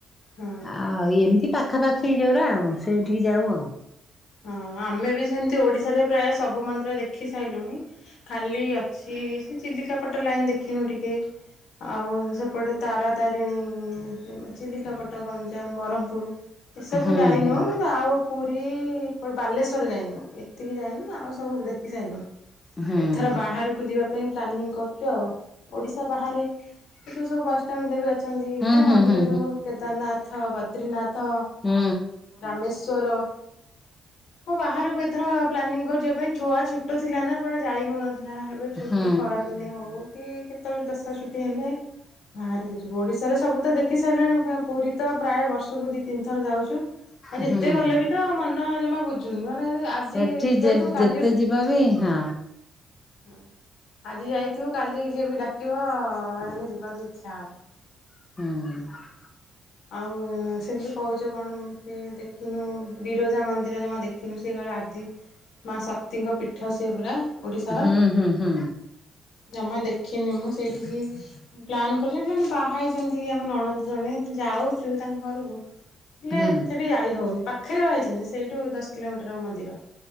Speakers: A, on the left; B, on the left.
A: ହୁଁ
B: ଆଉ ଏମିତି ପାଖାପାଖି ଯୋଉରା ଆଉ ସେଠିକି ଯାଉ ଆଉ।
A: ହଁ ଆମେ ବି ସେମିତି ଓଡ଼ିଶାରେ ପ୍ରାୟ ସବୁ ମନ୍ଦିର ଦେଖି ସାଇ ଲୁଣି। ଖାଲି ଅଛି ସେ ଚିଲିକା ପଟ ଲାଇନ ଦେଖିନୁ ଟିକେ। ଆଉ ସେପଟେ ତାରାତାରିଣୀ ଚିଲିକାପଟ ଗଞ୍ଜାମ, ବ୍ରହ୍ମପୁର। ଏସବୁ
B: ହୁଁ ହୁଁ
A: ଯାଇନୁ
B: ହୁଁ
A: କିନ୍ତୁ ଆଉ ପୁରୀ, ବାଲେଶ୍ଵର ଯାଇନୁ ଏତିକି ଯାଇନି ନା ଆଉ ସବୁ ଦେଖି ସାଇ ଲୁଣି
B: ହୁଁ।
A: ଏଥର ବାହାରକୁ ଯିବା ସେ ପାଇଁ ପ୍ଲାନିଂ କରୁଛୁ ଆଉ ଓଡ଼ିଶା ବାହାରେ। ଏ ଯୋଉଁ ସବୁ ବୈଷ୍ଟମୀ ଦେବୀ ଅଛନ୍ତି
B: ହୁଁ
A: ସବୁ
B: ହୁଁ
A: ମନ୍ଦିର
B: ହୁଁ
A: ସବୁ କେଦାରନାଥ, ବଦ୍ରିନାଥ।
B: ହୁଁ।
A: ରାମେଶ୍ୱର। ମୋ ବାହାରକୁ ଏଥର ପ୍ଲାନିଂ କରିଛି ଯିବା ପାଇଁ ଛୁଆ ଛୋଟ ଥିଲା ନା କୁଆଡେ ଯାଇ ହଉନଥିଲା। ଏବେ ଛୁଟି
B: ହୁଁ
A: ଖରାଦିନେ ହଉ। ଛୁଟି କେତେବେଳେ ଦଶରା ଛୁଟି ହେଲେ ବାହାରି କି ଯିବୁ ଓଡିଶାରେ ସବୁ ତ ଦେଖି ସାଇଲୁଣି ପୁରୀ। ତ ପ୍ରାୟ ବର୍ଷକୁ ଦି ତିନି ଥର ଯାଉଛୁ ଆଉ
B: ହୁଁ
A: ଯେତେ
B: ହୁଁ।
A: ଗଲେ ବି ତ ମନ ଜମା ବୁ ଚୁନି ମାନେ ଆଜି
B: ସେଠି
A: ଯାଇଥିବୁ
B: ଯେ
A: କାଲି।
B: ଯେତେ ଯିବ ବି ହଁ
A: ହୁଁ ଆଜି ଯାଇଥିବୁ କାଲି ଯିଏ ବି ଡାକିବ ଯିବାକୁ ଇଚ୍ଛା ହବ।
B: ହୁଁ।
A: ଆଉ ସେମିତି କହୁଛ କଣ ଏମିତି ଦେଖିନୁ ବିରଜା ମନ୍ଦିର ଜମା ଦେ କିନ୍ତୁ ସେ କାଳେ ଆଦି ମା ଶକ୍ତିଙ୍କ ପୀଠ ସିଏ ପୁରା। ଓଡ଼ିଶାର।
B: ହୁଁ ହୁଁ ହୁଁ
A: ଜମା ଦେଖିନି ମୁଁ ସେଇଠିକି ପ୍ଲାନ୍ କରିଛ ସେଇଠି ଜଣେ ବାହା ହେଇଛନ୍ତି ଆମ ନଣନ୍ଦ ଜଣେ। ଯାଉଛୁ ତାଙ୍କ ଘରୁ କୁ ହେଲେ
B: ହୁଁ
A: ଏ ସେଠି ଯାଇ ହଉନି ପାଖ। ପାଖେ ରେ ବାହା ହେଇଛନ୍ତି ସେଇଠୁ ଦଶ କିଲୋମିଟର ହବ ମନ୍ଦିର।